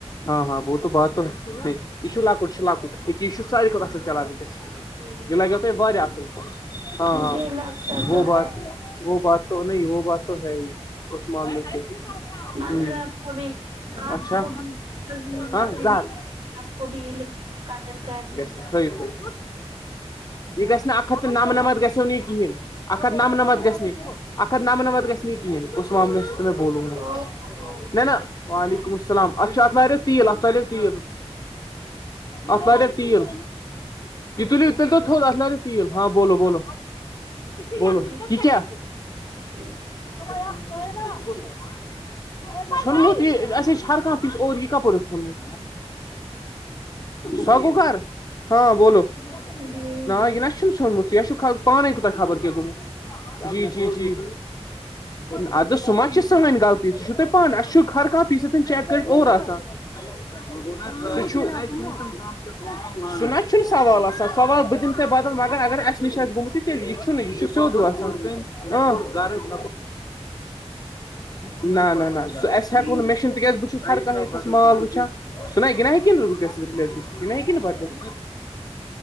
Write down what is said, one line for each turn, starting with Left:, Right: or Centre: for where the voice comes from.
Left: ہاں ہاں وہ تو بات تو نہیں یہ جو لکٹ لکٹ اکے یہ جو ساراریی بھتہ
Right: جی
Left: اصل چلان ونکیس
Right: جی
Left: لگو تہےہ اصل ہاں
Right: مجھے
Left: ہاں
Right: لگتا
Left: وہ
Right: تو
Left: بات
Right: ہے
Left: وہ بات تو نہیں وہ بات تو ہے ہی اس معاملے سے
Right: مگر
Left: ہوں
Right: آپ کو بھی آپ
Left: اچھا
Right: کو بھی مضمور
Left: ہاں
Right: باتیں
Left: زٕ
Right: نہیں کر آپ کو بھی علم ق درکار نہیں
Left: فری خئی یہ گ ن ا ہت تو نمنمت گسو ن نہیں یہ کیین اک ہت نمنمت گس ا ہت نمنمت گس ن ک کہیین اس معاملس میں بولوں گا
Right: او ہو مجھے
Left: نہیں ن
Right: لگتا
Left: وعلیکم السلام اتھ ات لارس تیل ات لارییا تیل ات
Right: ہے
Left: لارییا
Right: جی
Left: تیل یہ تلیو تیل تو تھوود اھ لاریو تیل ہاں بولو بولو بولو
Right: جی
Left: یہ
Right: جی
Left: کیا
Right: جی
Left: <unintelligible> سٮنمت یہ اسسے ہے ہران پیس اس اور یہ کپر اس سنونمت سا کوکار ہاں بولو
Right: جی جی
Left: ن نہ یہ نہ چ سونمتا پانے کوت خبر کی گمت جی جی جی اد سم ما سے سٮنی غطی سہ چو تووہ پانانی اس چ ہر کان پیس چیک کرریت اور آتا س ا متمم س نہ چ ن سوال آان سوال ب دہ ت بدل مگر اگر اس نش آہ گومت تیل یہ چ ن یہ سود وسان ن نہ ن نہ ن س اس ہیکو
Right: جی
Left: ن نہ م میںشن تکز بچس ہر کتس مال وچان س ن یہ نہ ہی ن رپلیس گ یہ نہٮ ن بدل